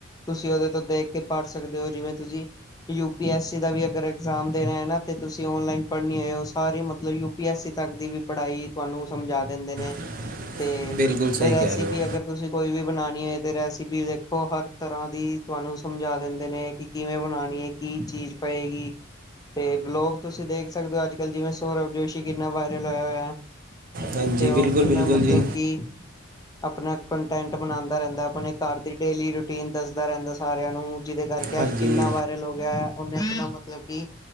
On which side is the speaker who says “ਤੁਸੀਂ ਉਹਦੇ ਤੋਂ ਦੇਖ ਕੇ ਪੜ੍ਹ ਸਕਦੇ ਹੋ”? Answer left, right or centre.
Left